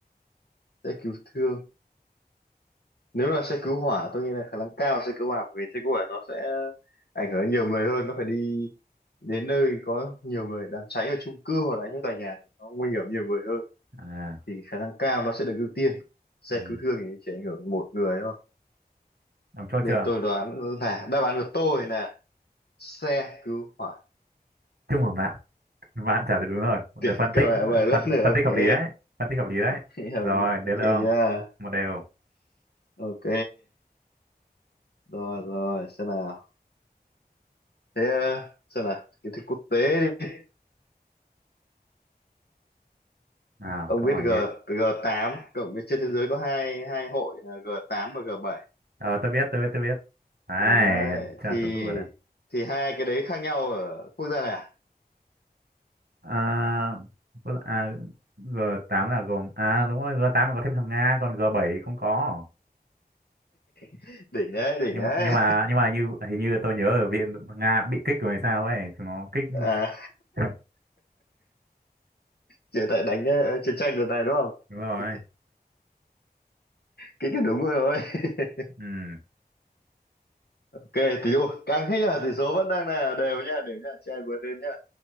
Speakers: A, on the left; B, on the right.
A: xe cứu thương nếu là xe cứu hỏa tôi nghĩ là khả năng cao xe cứu hỏa bởi vì xe cứu hỏa nó sẽ ảnh hưởng đến nhiều người hơn nó phải đi đến nơi có nhiều người đám cháy ở chung cư hoặc là những tòa nhà thì nó nguy hiểm nhiều người hơn
B: à
A: thì khả năng cao nó sẽ được ưu tiên xe
B: Ừ.
A: cứu thương thì chỉ ảnh hưởng một người thôi
B: Ông chốt
A: nên
B: chưa?
A: tôi đoán là đáp án của tôi là xe cứu hỏa
B: Chúc mừng bạn. Bạn trả lời đúng rồi. Một đề
A: tuyệt
B: phân
A: các
B: tích cũng-
A: mẹ về lớp
B: phân,
A: nữa
B: phân
A: ok
B: tích hợp lý đấy. Phân tích hợp lý đấy.
A: <laughs> hiểu
B: Rồi,
A: đi
B: đến
A: ok
B: lượt
A: chưa
B: ông. Một đều.
A: ok rồi rồi xem nào thế ờ, xem nào kiến thức quốc tế đi
B: À,
A: ông
B: câu
A: biết
B: hỏi
A: G
B: gì?
A: g tám cộng với trên thế giới có hai hai hội là g tám và g bảy
B: Ờ, tôi biết, tôi biết, tôi biết. Đấy,
A: đấy
B: cho
A: thì
B: chúng tôi ở đây.
A: thì hai cái đấy khác nhau ở quốc gia nào
B: À, có, à, g tám là gồm... À, đúng rồi, g tám là có thêm thằng Nga, còn g bảy không có.
A: <laughs> đỉnh đấy đỉnh
B: Nhưng
A: đấy
B: mà, nhưng mà, nhưng mà như, hình như tôi nhớ ở viện Nga cũng bị kích rồi hay sao ấy. Chúng nó kích...
A: <laughs> à
B: <laughs>
A: chỉ tại đánh ờ, chiến tranh đợt này đúng không
B: Đúng rồi.
A: cái cái cái cái đúng rồi <laughs>
B: Ừ,
A: Ok, tỷ ôi, càng thế là tỷ số vẫn đang là đều nha, đều nha, chị ai vượt lên nhá.